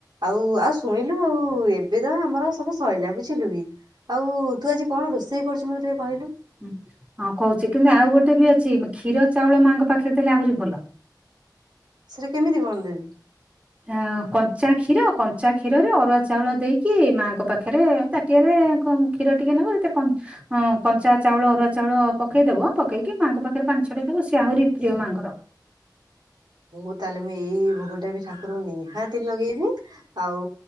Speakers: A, on the right; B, on the right.
A: ଆଉ ଆଉ ଶୁଣିଲୁ ଆଉ ଏବେ ତ ଆମର ସବୁ ସଇଲା, ବୁଝିଲୁ କି? ଆଉ ତୁ ଆଜି କଣ ରୋଷେଇ କରିଛୁ ମତେ ଟିକେ କହିଲୁ?
B: ହୁଁ ହଁ କହୁଛି କିନ୍ତୁ ଆଉ ଗୋଟେ ବି ଅଛି କ୍ଷୀର ଚାଉଳ ମାଙ୍କ ପାଖରେ ଦେଲେ ଆହୁରି ଭଲ।
A: ସେଟା କେମିତି କଣ ଦେବି?
B: ଆ କଞ୍ଚା କ୍ଷୀର କଞ୍ଚା କ୍ଷୀରରେ ଅରୁଆ ଚାଉଳ ଦେଇକି ମାଙ୍କ ପାଖରେ ତା ଟିଆରେ କଅ କ୍ଷୀର ଟିକେ ନେବ ସେଥିରେ କ ହଁ କଞ୍ଚା ଚାଉଳ ଅରୁଆ ଚାଉଳ ପକେଇଦବ ପକେଇକି ମାଙ୍କ ପାଖରେ ପାଣି ଛଡେଇଦେବ ସିଏ ଆହୁରି ପ୍ରିୟ ମାଁ ଙ୍କର।
A: ହଉ ହଉ ତାହେଲେ ମୁଁ ଏଇ ଭୋଗଟା ବି ଠାକୁରଙ୍କୁ ନିହାତି ଲଗେଇବି। ଆଉ